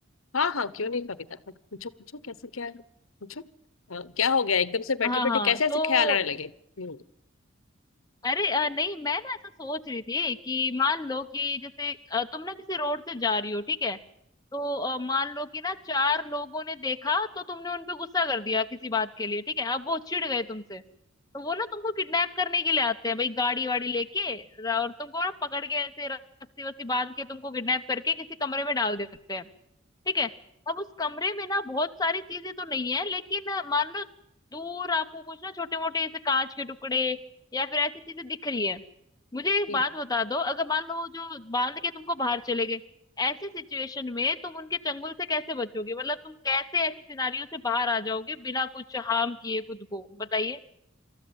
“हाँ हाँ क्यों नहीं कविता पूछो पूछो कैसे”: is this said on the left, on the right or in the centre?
Left